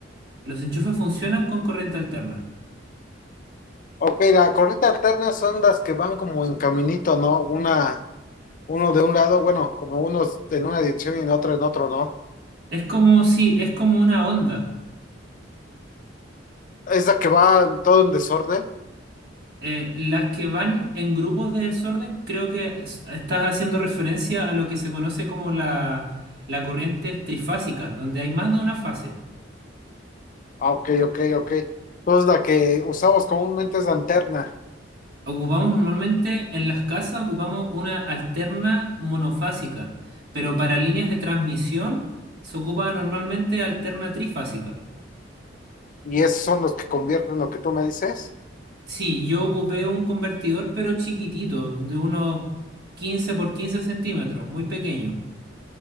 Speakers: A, on the right (about 55°); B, on the left (about 45°).
A: los enchufes funcionan con corriente alterna.
B: Ok, la corrida alterna son las que van como en caminito, ¿no? Una, uno de un lado, bueno, como unos en una dirección y en otro en otro, ¿no?
A: Es como si, es como una onda.
B: Es la que va todo en desorden.
A: Eh, las que van en grupos de desorden, creo que es- estás haciendo referencia a lo que se conoce como la, la corriente trifásica, donde hay más de una fase.
B: Ah, ok, ok, ok. Entonces la que usamos comúnmente es la alterna
A: Ocupamos normalmente en las casas, ocupamos una alterna monofásica, pero para líneas de transmisión se ocupa normalmente alterna trifásica.
B: y esos son los que convierten lo que tú me dices.
A: Sí, yo ocupé un convertidor pero chiquitito, de unos 15 por 15 centímetros, muy pequeño.